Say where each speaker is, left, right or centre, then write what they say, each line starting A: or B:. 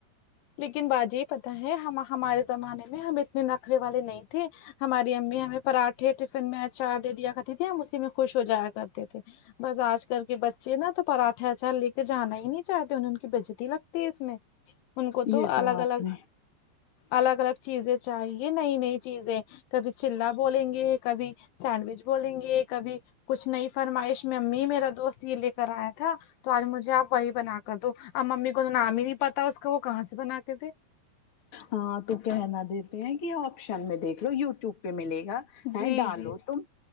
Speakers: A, on the left; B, on the left.
A: لیکن باجی پتہ ہے ہم ہمارے زمانے میں ہم اتنے نخرے والے نہیں تھے ہماری امی ہمیں پراٹھے ٹفن میں اچار دے دیا کرتی تھی ہم اسی میں خوش ہو جایا کرتے تھے بس آج کل کے بچے نا تو پراٹھے اچار لے کے جانا ہی نہیں چاہتے انہیں ان کی بیزاتی لگتی ہے اس میں ان کو
B: یہ
A: تو الگ
B: آپ
A: الگ
B: نے
A: الگ الگ چیزیں چاہیے نئی نئی چیزیں کبھی چیلا بولیں گے کبھی سینڈوچ بولیں گے کبھی کچھ نئی فرمائش میں امی میرا دوست یہ لے کر آیا تھا تو آج مجھے آپ وہی بنا کر دو اب ممی کو تو نام ہی نہیں پتا اس کا وہ کہاں سے بنا کے دے
B: ہاں تو کہنا دیتے ہیں کہ آپ شن میں دیکھ لو یو ٹیوب پہ ملے گا
A: جی
B: ہے ڈالو
A: جی
B: تم